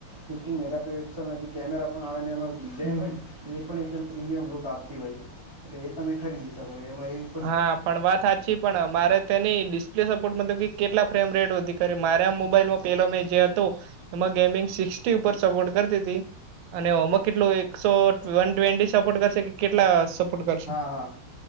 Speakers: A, on the right; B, on the right.
A: ફિફ્ટીન મેગાપિકસલ જે કેમેરા પણ આવે એ. ડિઝાઇન
B: હમ
A: હોય ને એ પણ એકદમ પ્રીમિયમ લૂક આપતી હોય છે એટલે એ તમે ખરીદી શકો એમાં એવી.
B: હા પણ વાત હ પછી પણ મારે તેની ડિસ્પ્લે સપોર્ટ મ કે કેટલા ફ્રેમ રેટ વધી કરે મારે આ મોબાઈલમાં પેલો મે જે હતો એમાં ગેમિંગ સિક્સટી ઉપર સપોર્ટ કરતી હતી અને હોમવર્ક કેટલું એકસો વન ટ્વેન્ટી સપોર્ટ કરશે કે કેટલા સપોર્ટ કરશે
A: હા હા